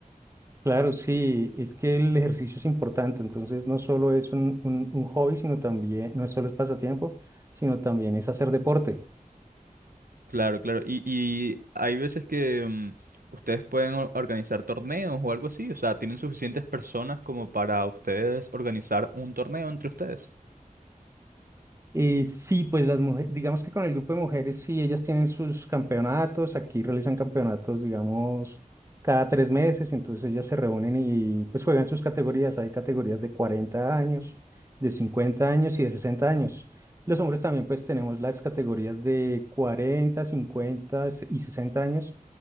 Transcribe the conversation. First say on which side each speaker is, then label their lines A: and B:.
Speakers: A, on the right; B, on the right.
A: Claro, sí, es que el ejercicio es importante, entonces no solo es un, un, un hobby, sino también, no solo es pasatiempo, sino también es hacer deporte.
B: Claro, claro. Y, y hay veces que mm, ustedes pueden or- organizar torneos o algo así. O sea, tienen suficientes personas como para ustedes organizar un torneo entre ustedes.
A: Eh, sí, pues las mujeres, digamos que con el grupo de mujeres, sí, ellas tienen sus campeonatos, aquí realizan campeonatos, digamos, cada tres meses, entonces ellas se reúnen y pues juegan sus categorías, hay categorías de 40 años, de 50 años y de 60 años. Los hombres también pues tenemos las categorías de 40, 50 y 60 años,